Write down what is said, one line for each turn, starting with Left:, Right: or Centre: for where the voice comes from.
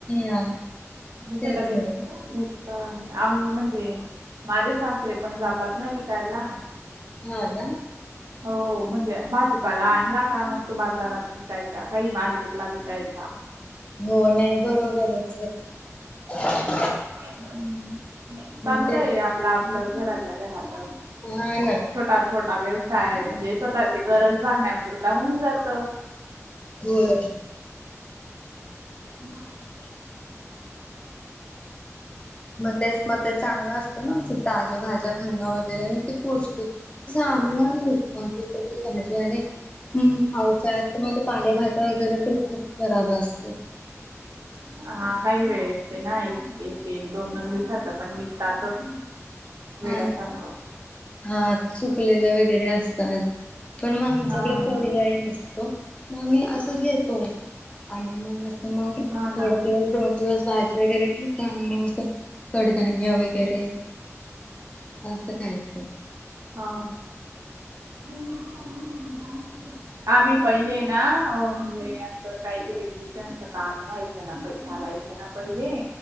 Left: हा
Right: इथं
Left: तेच
Right: लगेच
Left: ना
Right: <unintelligible> आम म्हणजे, माझे सासरे पण जातात ना विकायला.
Left: हा, ना.
Right: हो, म्हणजे भाजीपाला आणला, का मग तो बाजारात विकायचा काही मार्केटला विकायचा.
Left: हो, नाही बरोबरचं <unintelligible>
Right: <unintelligible> ह चांगलंय
Left: मग ते
Right: आपलं आपलं घरातल्या घरातचं.
Left: व्हय.
Right: छोटा छोटा व्यवसाय म्हणजे, स्वतःची गरज भागण्या पुरता होऊन जातो.
Left: व्हय.
Right: म
Left: मग तेच मग ते चांगलं असतं, ना ताज्या भाज्या खाणं वगैरे ती पोष्ट चांगल मिळत्या, आणि तिकडची भाजी आणि. हम पावसाळ्या तर मग पालेभाजा वगैरे, तर खूप खराब असते.
Right: हा काही वेळ असते ना, एक -एक दोन- दोन दिवस. तसं पण विकतातच, वेड्यासारखं
Left: आणि हा सुकलेल्या वगैरे असतात, पण मग आमच्याकडे
Right: हा
Left: पर्याय
Right: ना
Left: नसतो. म मी असं घेतो. आणि मग असं मग
Right: हा ना
Left: थोडे, दिवस दोन दिवस भाजी वगैरे का धान्य <unintelligible> कडधान्य वगैरे असं खायचं.
Right: हा. <unintelligible> आम्ही पहिले ना अ म्हणजे, आमचं काही इलेक्ट्रिशियनच काम व्हा त्यांना पैसे आणायचं ना पहिले.